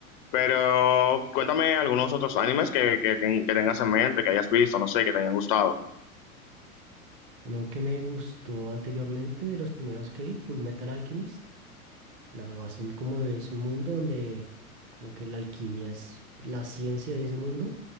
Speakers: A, on the left; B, on the right.
A: Pero cuéntame algunos otros animes que, que, que tengas en mente, que hayas visto, no sé, que te hayan gustado.
B: Uno que me gustó anteriormente, de los primeros que vi, Full Metal Alchemist. Nada más en como es un mundo donde como que la alquimia es la ciencia de ese mundo.